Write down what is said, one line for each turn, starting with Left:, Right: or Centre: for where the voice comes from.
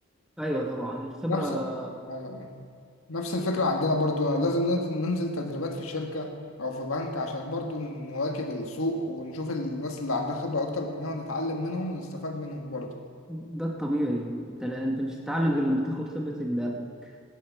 Centre: ايوه طبعا الخبره
Left: نفس أيوة. نفس الفكرة عندنا برضو لازم ننزل ننزل تدريبات في شركة أو في بنك عشان برضو نواكب السوق ونشوف الناس اللي عندها خبرة أكتر مننا ونتعلم منهم ونستفاد منهم برضو
Centre: ده الطبيعي انت لا انت مش هتتعلم غير لما تاخد خبره اللي قبلك